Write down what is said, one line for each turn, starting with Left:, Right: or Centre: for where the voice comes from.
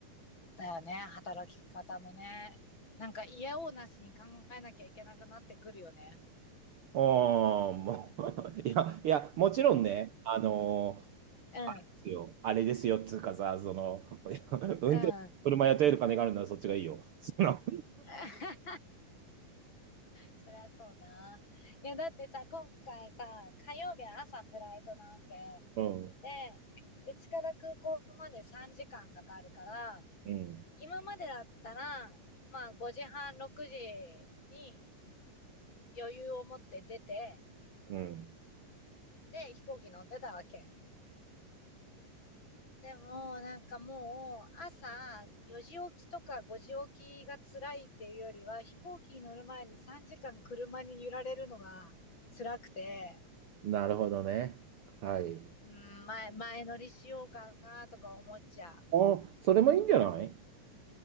Left: だよね。働き方もね。なんか嫌おうなしに考えなきゃいけなくなってくるよね。
Right: ああ、もう <laughs> いや、いや、もちろんね、あのー
Left: うん。
Right: ですよ、あれですよ、つうかさ、その、<laughs> いや運転、
Left: うん。
Right: 車雇える金があるならそっちがいいよ。その、
Left: <laughs> そりゃそうだ。いや、だってさ、今回さ、火曜日は朝フライトなわけ。
Right: うん、
Left: で、うちから空港まで3時間かんかかるから、
Right: うん、
Left: 今までだったら、まあ5時半、6時に余裕を持って出て、
Right: うん。
Left: で、飛行機乗ってたわけ。でも、なんかもう、朝4時起きとか5時起きが辛いっていうよりは、飛行機に乗る前に3時間車に揺られるのが辛くて、
Right: なるほどね。はい。
Left: うん、前、前乗りしようかなとか思っちゃう。
Right: お、それもいいんじゃない